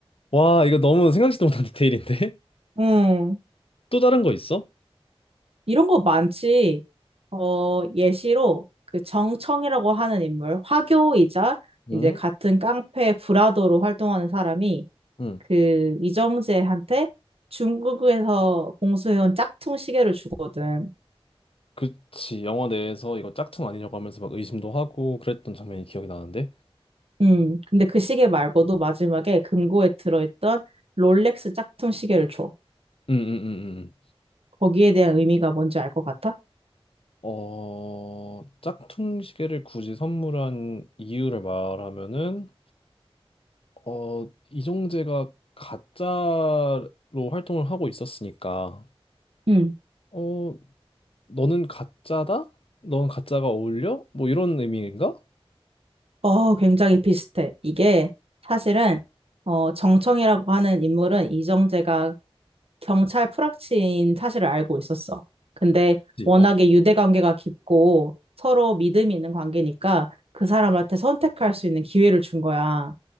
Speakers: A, on the left; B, on the right.
A: 와, 이거 너무 생각지도 못한 디테일인데? <laughs>
B: 음,
A: 또 다른 거 있어?
B: 이런 거 많지. 어, 예시로 그 정청이라고 하는 인물, 화교이자
A: 응?
B: 이제 같은 깡패 브라더로 활동하는 사람이
A: 응.
B: 그 이정재한테 중국에서 공수해온 짝퉁 시계를 주거든.
A: 그치 영화 내에서 이거 짝퉁 아니냐고 하면서 막 의심도 하고 그랬던 장면이 기억이 나는데
B: 음, 근데 그 시계 말고도 마지막에 금고에 들어있던 롤렉스 짝퉁 시계를 줘.
A: 음음음음
B: 거기에 대한 의미가 뭔지 알 것 같아?
A: 어 짝퉁 시계를 굳이 선물한 이유를 말하면은 어 이정재가 가짜로 활동을 하고 있었으니까
B: 응.
A: 어 너는 가짜다? 넌 가짜가 어울려? 뭐 이런 의미인가?
B: 어, 굉장히 비슷해. 이게 사실은 어, 정청이라고 하는 인물은 이정재가 경찰 프락치인 사실을 알고 있었어. 근데
A: 그치?
B: 워낙에
A: 어,
B: 유대 관계가 깊고 서로 믿음이 있는 관계니까 그 사람한테 선택할 수 있는 기회를 준 거야.